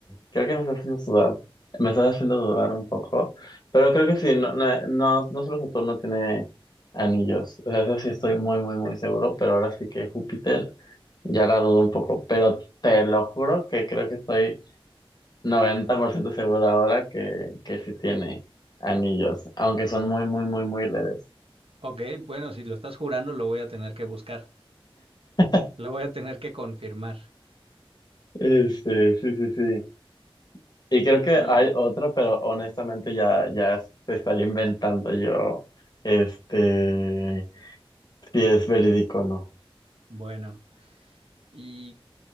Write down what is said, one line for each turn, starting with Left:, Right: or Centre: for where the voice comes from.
Left: creo que me estás haciendo sudar, me estás haciendo dudar un poco, pero creo que sí, no, no, no, no solo Saturno tiene anillos, o sea, eso sí estoy muy, muy, muy seguro, pero ahora sí que Júpiter ya la dudo un poco, pero te lo juro que creo que estoy 90% seguro ahora que, que sí tiene anillos, aunque
Right: Pues,
Left: son muy, muy, muy, muy leves.
Right: ok, bueno, si lo estás jurando lo voy a tener que buscar,
Left: <laughs>
Right: lo voy a tener que confirmar.
Left: Este, sí, sí, sí. Y creo
Right: Y
Left: que hay otro, pero honestamente ya, ya te estaría inventando yo, este, si es verídico o no.
Right: bueno, y